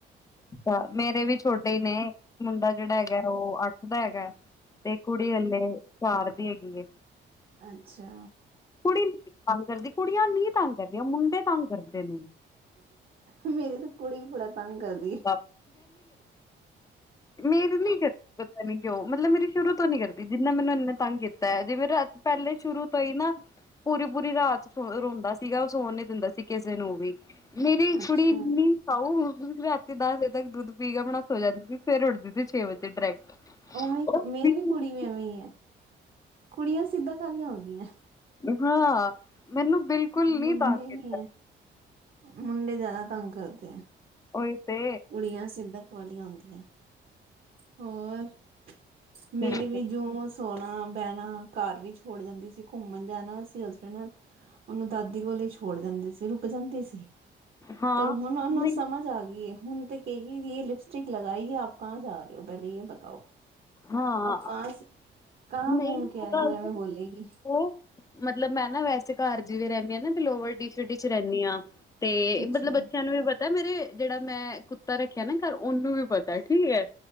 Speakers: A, on the left; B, on the right.
A: ਅੱ ਮੇਰੇ ਵੀ ਛੋਟੇ ਹੀ ਨੇ, ਮੁੰਡਾ ਜਿਹੜਾ ਹੈਗਾ ਉਹ ਅੱਠ ਦਾ ਹੈਗਾ। ਤੇ ਕੁੜੀ ਹਾਲੇ ਚਾਰ ਦੀ ਹੈਗੀ ਹੈ
B: ਅੱਛਾ
A: ਕੁੜੀ ਤੰਗ ਕਰਦੀ ਕੁੜੀਆਂ ਨੀ ਤੰਗ ਕਰਦੀਆਂ ਮੁੰਡੇ ਤੰਗ ਕਰਦੇ ਨੇ
B: ਮੇਰੀ ਤਾਂ ਕੁੜੀ ਬੜਾ ਤੰਗ ਕਰਦੀ ਹੈ।
A: <unintelligible> ਮੇਰੇ ਨੀ ਕਰਦੀ ਪਤਾੀ ਕਿਉਂ ਮਤਲਬ ਮੇਰੀ ਸ਼ੁਰੂ ਤੋਂ ਨੀ ਕਰਦੀ ਜਿੰਨਾ ਮੈਨੂੰ ਇੰਨੇ ਤੰਗ ਕੀਤਾ ਹੈ। ਜੇਵੇਂ ਰਾ ਪਹਿਲੇ ਸ਼ੁਰੂ ਤੋਂ ਹੀ ਨਾ ਪੂਰੀ-ਪੂਰੀ ਰਾਤ ਰੋਂਦਾ ਸੀਗਾ, ਉਹ ਸੋਣ ਨੀ ਦਿੰਦਾ ਸੀ ਕਿਸੇ ਨੂੰ ਵੀ। ਮੇਰੀ
B: ਅੱਛਾ
A: ਕੁੜੀ ਇਨੀ ਸਾਉ ਤੇ ਦਸ ਵਜੇ ਤੱਕ ਦੁੱਧ ਧੀ ਕੇ ਆਪਣਾ ਸੋ ਜਾਂਦੀ, ਸਵੇਰ ਉੱਠ ਦੀ ਛੇ ਵਜੇ ਡਾਇਰੈਕਟ।
B: ਉਵੇਂ
A: ਉਹ
B: ਮੇਰੀ
A: ਬਿਲਕੁਲ
B: ਵੀ ਕੁੜੀ ਵੀ ਐਵੇਂ ਹੀ ਹੈ। ਕੁੜੀਆਂ ਸਿੱਧਕ ਵਾਲੀਆਂ ਹੁੰਦੀਆਂ
A: ਹਾਂ ਮੈਨੂੰ ਬਿਲਕੁਲ ਨੀ
B: ਮੁੰਡੇ
A: ਤੰਗ
B: ਨਹੀਂ
A: ਕੀਤਾ
B: ਹੈ। ਮੁੰਡੇ ਜਿਆਦਾ ਤੰਮ ਕਰਦੇ ਨੇ
A: ਉਈ ਤੇ
B: ਕੁੜੀਆਂ ਸਿਧਕ ਵਾਲੀਆਂ ਹੁੰਦੀਆਂ। ਹੋਰ ਮੇਰੇ
A: ਹੂੰ,
B: ਵੀ ਜੋਸ ਸੋਣਾ, ਬਹਿਣਾ ਘਰ ਵੀ ਛੋੜ ਜਾਂਦੀ ਸੀ ਘੁੰਮਣ ਜਾਣਾ ਸੀ ਹਸਬੈਂਡ ਨਾਲ। ਉਹਨੂੰ ਦਾਦੀ ਕੋਲ ਹੀ ਛੋੜ ਜਾਂਦੇ ਸੀ ਰੁਕ ਜਾਂਦੇ ਸੀ।
A: ਹਾਂ,
B: ਪਰ ਹੁਣ ਉਹਨੂੰ
A: ਨਹੀਂ
B: ਸਮਝ ਆ ਗਈ ਹੁਣ ਤੇ ਕਹੇ ਗੀ ਇਹ ਲਿਪਸਟਿਕ ਲਗਾਈ ਐ। ਕ ਜਾ ਰਹੇ ਹੋ ਪਹਿਲੇ ਇਹ ਬਤਾਓ
A: ਹਾਂ,
B: ਆਪ ਕ ਸੀ ਕਹਾਂ ਘੁੰਮ
A: ਨਹੀਂ ਇਹ
B: ਕੇ ਆਏ
A: ਗੱਲ
B: ਹੋ ਹਮੈਂ
A: ਤਾਂ
B: ਬੋਲੇਗੀ।
A: ਉਹ ਮਤਲਬ ਮੈਂ ਨਾ ਵੈਸੇ ਘਰ ਜਿਵੇ ਰਹਿੰਦੀ ਹ ਨਾ ਤੇ ਲੋਵਰ ਸ਼ ਚ ਰਹਿੰਦੀ ਹਾਂ ਤੇ
B: ਅੱਛਾ
A: ਮਤਲਬ ਬੱਚਿਆਂ ਨੂੰ ਵੀ ਤਾ ਮੇਰੇ ਜਿਹੜਾ ਮੈਂ ਕੁੱਤਾ ਰੱਖਿਆ ਨਾ ਘਰ ਉਹਨੂੰ ਵੀ ਪਤਾ ਠੀਕ ਹੈ।